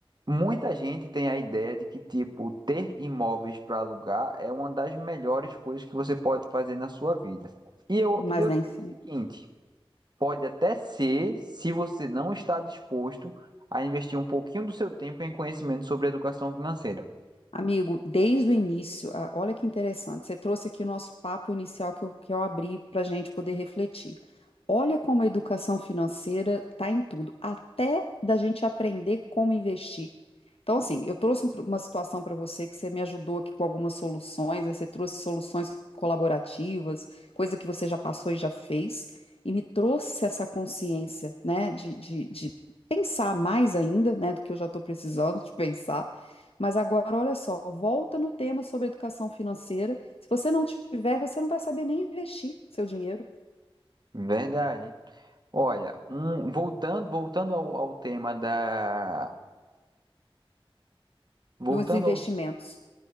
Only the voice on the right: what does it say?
Muita gente tem a ideia de que, tipo, ter imóveis para alugar é uma das melhores coisas que você pode fazer na sua vida. E eu,
e eu
digo
o seguinte: pode até ser se você não está disposto a investir um pouquinho do seu tempo em conhecimento sobre educação financeira.
Verdade. Olha, um- voltando, voltando ao, ao tema da, voltando
ao,